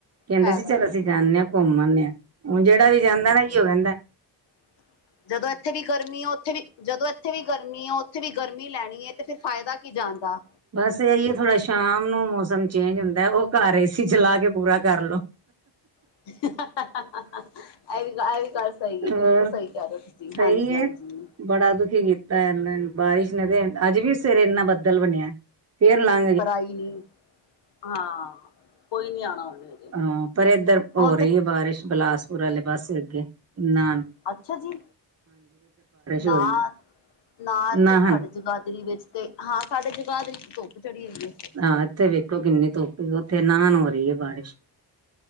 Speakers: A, on the right; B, on the left.
A: ਕੈਂਦੇ
B: ਫਾਇਦਾ
A: ਸੀ ਚਲ
B: ਨਹੀਂ
A: ਅਸੀਂ ਜਾਂਦੇ
B: ਹੈ
A: ਹਾਂ ਘੁੰਮ ਆਂਦੇ ਹਾਂ, ਹੁਣ ਜਿਹੜਾ ਵੀ ਜਾਂਦਾ ਨਾ ਇਹ ਕੈਂਦਾ
B: ਹ <unintelligible> ਜਦੋਂ ਇੱਥੇ ਵੀ ਗਰਮੀ ਆ ਉੱਥੇ ਵੀ ਜਦੋਂ ਇੱਥੇ ਜਦੋ ਐਥੇ ਵੀ ਗਰਮੀ ਆ ਉੱਥੇ ਵੀ ਉਥੇ ਵੀ ਗਰਮੀ ਲੈਣੀ ਹੈ ਤੇ ਫਿਰ ਫਾਇਦਾ ਕੀ ਜਾਂਣਦਾ।
A: ਬਸ, ਐਈ ਏ ਥੋੜਾ ਸ਼ਾਮ ਨੂੰ ਮੌਸਮ ਚੇਂਜ ਹੁੰਦਾ, ਉਹ ਘਰ ਏ ਸੀ ਚਲਾ ਕੇ ਪੂਰਾ ਕਰਲੋ।
B: <unintelligible> ਇਹ ਵੀ ਇਹ ਵੀ ਗੱਲ ਸਹੀ ਹੈ,
A: ਹੋਰ
B: ਬਿਲਕੁਲ ਸਹੀ ਕੈ ਰੇ ਤੁਸੀਂ
A: ਸਹੀ
B: ਹਾਂਜੀ-
A: ਏ
B: ਹਾਂਜੀ
A: ਬੜਾ ਦੁਖੀ ਕੀਤਾ ਇਹਨਾ ਬਾਰਿਸ਼ ਨੇ, ਤੇ ਅੱਜ ਵੀ ਸੇਰੇ ਇੰਨਾ ਬੱਦਲ ਬਣਿਆ। ਫਰ ਲਾਂ
B: ਪਰ ਆਈ ਨੀ ਹਾਂ, ਕੋਈ ਨੀ ਆਣਾ ਉਹਨੇ। ਅਜੇ
A: ਹਾਂ, ਪਰ ਏਧਰ ਹੋ
B: ਹੁਣ
A: ਰਹੀ
B: ਤੇ
A: ਹੈ ਬਾਰਿਸ਼ ਬਿਲਾਸਪੁਰ ਵਾਲੇ ਪਾਸੇ ਅੱਗੇ ਨਾਲ ਨਾਹਨ।
B: ਅੱਛਾ ਜੀ
A: ਹੋ
B: ਨਾ
A: ਰਹੀ ਹੈ
B: ਨਾ ਇੱਥੇ
A: ਨਾਹਨ
B: ਸਾਡੇ ਜਗਾਦਰੀ ਵਿੱਚ ਤੇ ਹਾਂ, ਸਾਡੇ ਜਗਾਦਰੀ ਵਿੱਚ ਧੁੱਪ ਚੜੀ ਹੋਈ ਹੈ।
A: ਹਾਂ, ਇੱਥੇ ਵੇਖੋ ਕਿੰਨੀ ਧੁੱਪ ਓਥੇ ਨਾਨ ਹੋ ਰਹੀ ਹੈ ਬਾਰਿਸ਼।